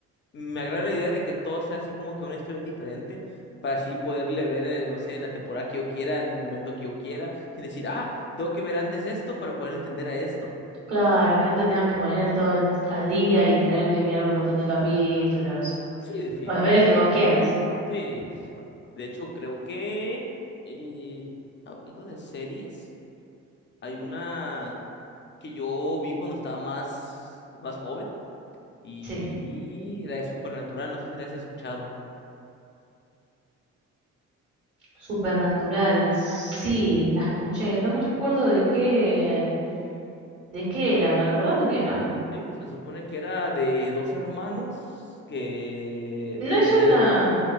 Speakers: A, on the left (about 40°); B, on the right (about 35°).
A: me agrada la idea de que todo sea así como que una historia diferente para así poderle ver, eh, no sé, en la temporada que yo quiera, en el momento que yo quiera, sin decir, ah, tengo que ver antes esto para poder entender a esto.
B: Claro, que no te tengas que poner el todo el- al día y tener que mirar un montón de capítulos.
A: Sí, definitivamente.
B: Puedes ver el que vos quieras.
A: Sí, de hecho creo que eh, hablando de series, hay una que yo vi cuando estaba más, más joven y
B: Sí.
A: la de Supernatural, no sé si la has escuchado.
B: Supernatural, sí, la escuché. No me recuerdo de qué, de qué era. ¿Me recordás de qué era?
A: Sí, se supone que era de dos hermanos que
B: No
A: pertenecían
B: es una,